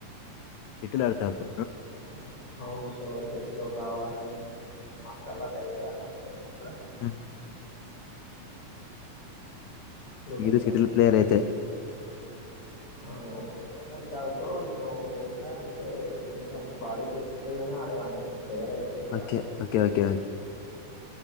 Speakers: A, on the left; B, on the left.
A: శెట్టిల్ అడుతా అప్డపు
B: అమ్ అవునుకో శటిలో కావాలి మంత్ అలా డైలీ ఆడాలి ఇక్కడ
A: ఉ
B: ఇప్పుడు
A: మీరు
B: కొంచం
A: షటిల్ ప్లేయర్ అయితే
B: ఆమ్ క్లియరని కాదు బ్రో నేను మెయిన్గా అంటే కొంచెం బాడీకి ఎక్సర్సైజ్ అని ఆడేవాన్ని బ్రో వేరైతే ఏం
A: ఓకే
B: కాదు
A: ఓకే ఓకే ఓకే